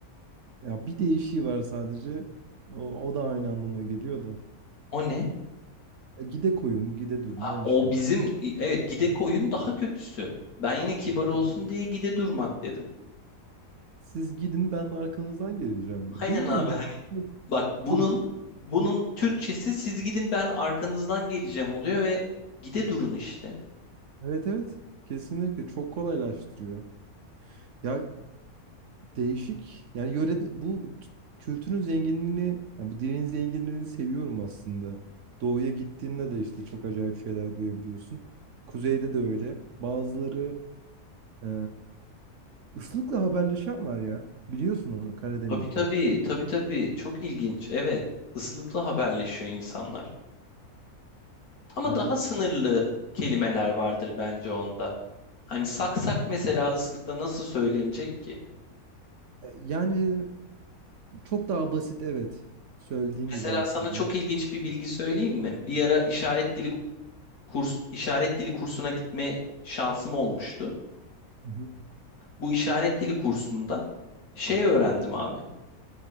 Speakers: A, on the right (about 60°); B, on the left (about 70°).
A: Ya bir değişiği var sadece. O, o da aynı anlama geliyor da.
B: O ne?
A: E, Gide koyun, gide durun
B: Ha,
A: aynı
B: O
A: şey.
B: bizim evet gide koyun daha kötüsü. Ben yine kibar Evet. olsun diye gide durmak dedim.
A: Siz gidin ben arkanızdan geleceğim.
B: Aynen
A: Bilmiyorum.
B: abi hani bak bunun
A: Çok
B: bunun Türkçesi siz gidin ben arkanızdan geleceğim oluyor ve gide durun işte.
A: evet evet. Kesinlikle çok kolaylaştırıyor. Ya değişik. Yani yöre bu t- kültürün zenginliğini, yani bu dilin zenginliğini seviyorum aslında. Doğuya gittiğinde de işte çok acayip şeyler duyabiliyorsun. Kuzeyde de öyle. Bazıları e, ıslıkla haberleşen var ya. Biliyorsun onu Karadeniz'de.
B: Tabii tabii, tabii tabii. Çok ilginç. Evet, ıslıkla haberleşiyor insanlar. Ama
A: Yani
B: daha
A: a-
B: sınırlı kelimeler vardır bence onda. Hani saksak mesela ıslıkla nasıl söylenecek ki?
A: e, yani çok daha basit evet. Söylediğin
B: Mesela
A: gibi aslında.
B: sana çok ilginç bir bilgi söyleyeyim mi? Bir ara işaret dili kurs işaret dili kursuna gitme şansım olmuştu.
A: Hı
B: Bu işaret dili kursunda şey öğrendim abi.